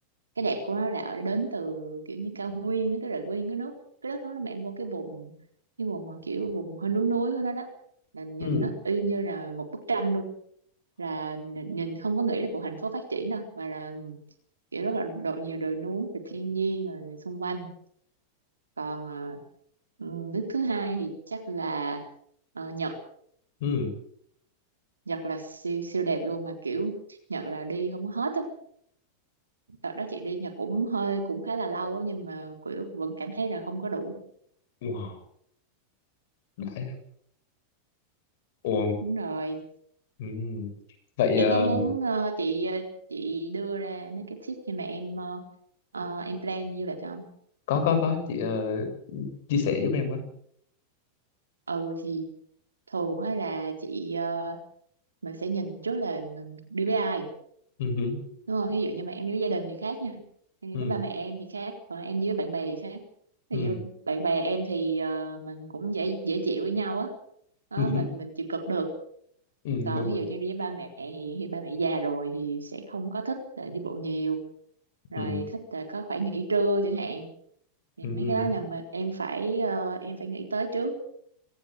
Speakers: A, on the right (about 75°); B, on the left (about 55°).
A: cái đẹp của nó là ở- đến từ kiểu như cao nguyên á, tức là nguyên cái nước cái đất nó mà em vô cái vùng cái vùng mà kiểu vùng hơi núi núi của nó đó là nhìn
B: ừm,
A: nó y như là một bức tranh luôn là nhìn nhìn không có nghĩ là một thành phố phát triển đâu mà là kiểu rất là độ nhiều đồi núi rồi thiên nhiên rồi xung quanh còn ờ, ừ, nước thứ hai thì chắc là ờ, Nhật
B: ừm.
A: Nhật là siêu siêu đẹp luôn mà kiểu Nhật là đi không có hết á đợt đó chị đi Nhật cũng hơi cũng khá là lâu á nhưng mà kiểu vẫn cảm thấy là không có đủ
B: Wow, đã vậy. Ồ,
A: đúng rồi
B: ừm. Vậy
A: em
B: ờ,
A: có muốn ờ, chị ờ, chị đưa ra mấy cái tip khi mà em ờ, ờ, em plan du lịch không
B: có có có chị ờ, chia sẻ giúp em với.
A: ừ thì thường á là chị ờ, mình sẽ nhìn trước là mình đi với ai
B: Ừ. hử,
A: đúng không ví dụ như mà em đi với gia đình thì khác nha em
B: Ừ.
A: đi với ba mẹ em thì khác còn em đi với bạn bè thì khác
B: Ừ.
A: ví dụ như bạn bè em thì ờ, mình cũng dễ dễ chịu với nhau á Đó,
B: <laughs>
A: mình mình chịu cực được
B: Ừ,
A: còn
B: đúng
A: ví
B: rồi.
A: dụ như đi với ba mẹ thì, thì ba mẹ già rồi thì sẽ không có thích là đi bộ nhiều rồi
B: Ừ,
A: thích là có khoảng nghỉ trưa chẳng hạn thì
B: ừ,
A: mấy cái đó là mà em phải ờ, em phải nghĩ tới trước